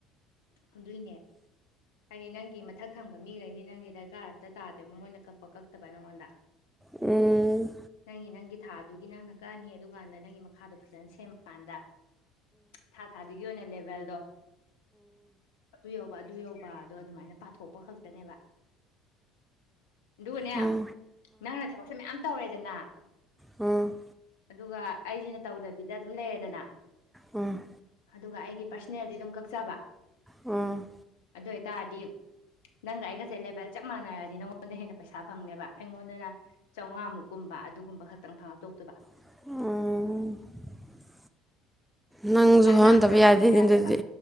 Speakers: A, on the left; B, in the centre.
A: ꯑꯗꯨꯏꯅꯦ ꯍꯥꯏꯗꯤ ꯅꯪꯒꯤ ꯃꯊꯛ ꯊꯪꯕ ꯃꯤꯈꯩꯗꯤ ꯅꯪꯒꯤ ꯗꯔꯀꯥꯔ ꯑꯝꯇ ꯇꯥꯗꯦꯕ ꯃꯣꯏꯅ ꯀꯛꯄ ꯀꯛꯇꯕ ꯅꯪꯉꯣꯟꯗ
B: ꯎ
A: ꯅꯪꯒꯤ ꯊꯥꯗꯨꯒꯤ ꯅꯪꯅ ꯀꯛꯑꯅꯤ ꯀꯥꯟꯗ ꯅꯪꯒꯤ ꯃꯈꯥꯗꯣ ꯐꯖꯅ ꯁꯦꯝꯃꯀꯥꯟꯗ ꯊꯥ ꯊꯥꯗꯨꯒꯤ ꯒꯤ ꯑꯣꯏꯅ ꯂꯦꯚꯦꯜꯗꯣ ꯑꯗꯨꯏ ꯌ ꯄꯊꯣꯛ ꯈꯅꯦꯕ ꯑꯗꯨꯒꯅꯦ
B: ꯑꯣ
A: ꯅꯪꯅ ꯊꯕꯛꯁꯦ ꯃꯌꯥꯝ ꯇꯧꯔꯦꯗꯅ
B: ꯎꯝ
A: ꯑꯗꯨꯒ ꯑꯩꯁꯤꯅ ꯇꯧꯗꯕꯤꯗ ꯑꯗꯨꯝ ꯂꯩꯔꯦꯗꯅ
B: ꯎꯝ
A: ꯑꯗꯨꯒ ꯑꯩꯒꯤ ꯄꯥꯔꯁꯅꯦꯜꯗꯤ ꯑꯗꯨꯝ ꯀꯛꯆꯕ
B: ꯎꯝ
A: ꯑꯗꯨ ꯑꯣꯏꯇꯥꯔꯗꯤ ꯅꯪꯒ ꯑꯩꯒꯁꯦ ꯂꯦꯕꯦꯜ ꯆꯞ ꯃꯥꯟꯅꯔꯗꯤ ꯅꯪꯉꯣꯟꯗ ꯍꯦꯟꯅ ꯄꯩꯁꯥ ꯐꯪꯅꯦꯕ ꯑꯩꯉꯣꯟꯗꯅ ꯆꯥꯝꯃꯉꯥꯃꯨꯛꯀꯨꯝꯕ ꯑꯗꯨꯒꯨꯝꯕ ꯈꯛꯇꯪ ꯐꯪꯉꯛꯇꯣꯛꯇꯕ
B: ꯑ ꯅꯪꯁꯨ
A: ꯁꯥꯏꯠ
B: ꯍꯣꯔꯍꯟꯗꯕ
A: ꯅꯥ ꯑꯃꯇꯪ
B: ꯌꯥꯗꯦꯅꯦ
A: ꯍꯣꯠꯅꯕ ꯌꯥꯗꯦꯕ
B: ꯑꯗꯨꯗꯤ